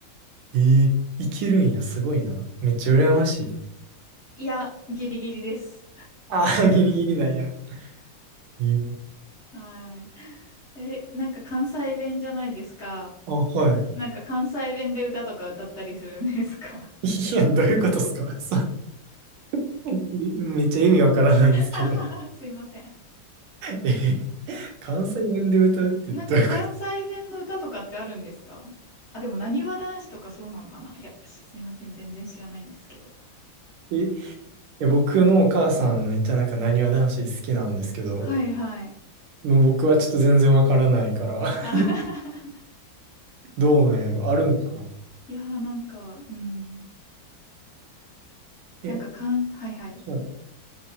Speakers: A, on the right (about 85°); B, on the left (about 45°).
A: えー、いけるんや、すごいな。めっちゃ羨ましい。
B: いや、ギリギリです。
A: ああ、<laughs> ギリギリなんや。えー、
B: はい。え、なんか関西弁じゃないですか。
A: あ、はい。
B: なんか関西弁で歌とか歌ったりするんですか
A: いや、どういうことっすかそう。
B: <laughs>
A: <laughs> めっちゃ意味わからないんですけど。
B: あはは <laughs> すいません。
A: え関西弁で歌うってどういうこと
B: なんか関西弁の歌とかってあるんですかあ、でも、なにわ男子とかそうなのかないや、しすいません。全然知らないんですけど。
A: え、いや僕のお母さんめっちゃなんかなにわ男子好きなんですけど、
B: はいはい。
A: もう僕はちょっと全然わからないから、
B: あははは、
A: <laughs> どうなんやろあるんかな
B: <laughs> いやーなんか、うん。
A: え
B: なんか関、はいはい。
A: はい。